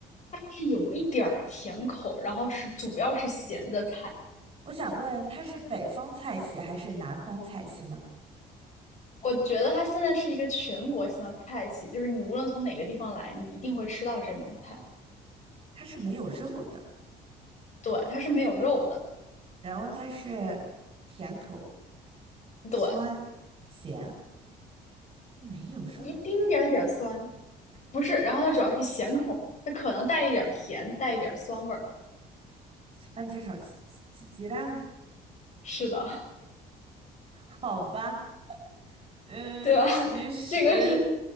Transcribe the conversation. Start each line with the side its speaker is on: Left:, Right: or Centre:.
Left: 但是有一点儿甜口，然后是主要是咸的菜。
Right: 我想问，它是北方菜系还是南方菜系呢？
Left: 我觉得它现在是一个全国性的菜系，就是你无论从哪个地方来，你一定会吃到这盘菜。
Right: 它是没有肉的，
Left: 对，它是没有肉的，
Right: 然后它是甜口、酸、
Left: 对，
Right: 咸，没有肉。
Left: 一丁点儿点儿酸，不是。然后它主要是咸口，它可能带一点儿甜，带一点儿酸味儿。
Right: 番茄炒鸡鸡鸡蛋，
Left: 是的，
Right: 好吧。呃，
Left: <laughs> 对吧？
Right: 其实
Left: <laughs> 这个是